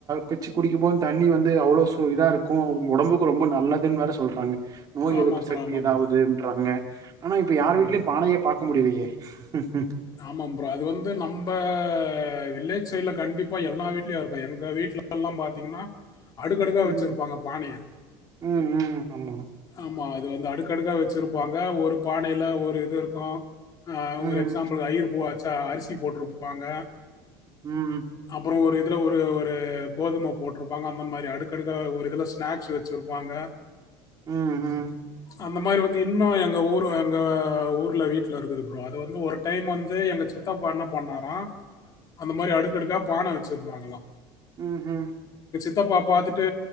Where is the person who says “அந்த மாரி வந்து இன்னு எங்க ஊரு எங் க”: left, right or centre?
Left